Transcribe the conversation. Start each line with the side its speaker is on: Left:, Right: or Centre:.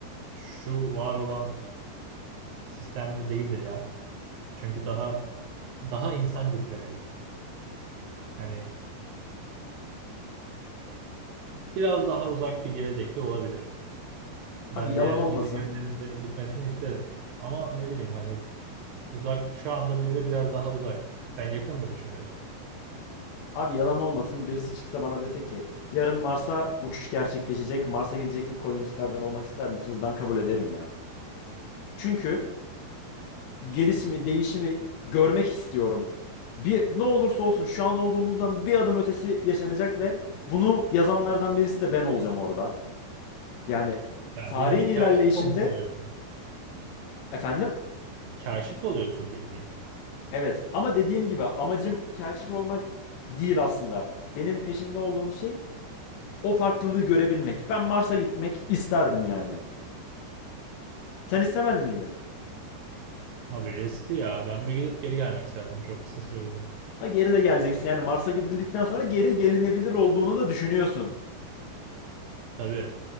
Right: şu var olan sistemle değildir ya. Çünkü daha daha insan götüremedik. Hani biraz daha uzak bir gelecekte olabilir. Ben
Left: Abi yalan
Right: diğer gezegenlerin
Left: olmasın.
Right: de gitmesini isterim. Ama ne bileyim hani uzak şu anda bize biraz daha uzak. Sen yakın mı düşünüyorsun?
Left: Abi yalan olmasın. Birisi çıksa bana dese ki yarın Mars'a uçuş gerçekleşecek. Mars'a gidecek ilk kolonistlerden olmak ister misiniz? Ben kabul ederim ya. Çünkü gelişimi, değişimi görmek istiyorum. Bir, ne olursa olsun şu an olduğumuzdan bir adım ötesi yaşanacak ve bunu yazanlardan birisi de ben olacağım orada. Yani
Right: Ya
Left: tarihin
Right: bildiğin
Left: ilerleyişinde
Right: kaşif olmuş oluyorsun.
Left: efendim
Right: Kaşif oluyorsun bildiğin.
Left: evet ama dediğim gibi amacım kaşif olmak değil aslında. Benim peşinde olduğum şey o farklılığı görebilmek. Ben Mars'a gitmek isterdim yani. Sen istemez miydin?
Right: Abi riskli ya. Ben bir gidip geri gelmek isterdim çok kısa süreliğine.
Left: Ha geri de geleceksin yani Mars'a gidildikten sonra geri gelinebilir olduğunu da düşünüyorsun.
Right: Tabii